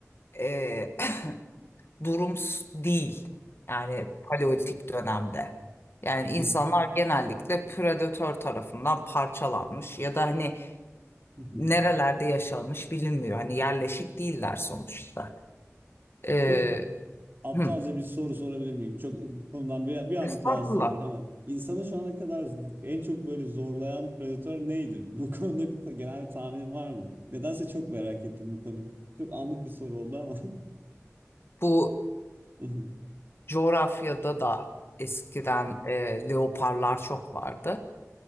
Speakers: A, on the left (about 50°); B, on the right (about 45°).
A: e, <clears throat> durum s- değil. Yani paleolitik dönemde. Yani
B: <laughs>
A: insanlar genellikle predatör tarafından parçalanmış ya da hani
B: <laughs>
A: nerelerde yaşanmış bilinmiyor. Hani yerleşik değiller sonuçta. Ee,
B: Çok Aptalca
A: hı,
B: bir soru sorabilir miyim? Çok konudan bir, bir anlık
A: Estağfurullah.
B: bağımsız olacak ama insanı şu ana kadar en çok böyle zorlayan predatör neydi? <laughs> Bu konuda bir ta- genel bir tahminin var mı? Nedense çok merak ettim bu konuyu. Çok anlık bir soru oldu ama.
A: bu
B: <laughs>
A: coğrafyada da eskiden e, leoparlar çok vardı.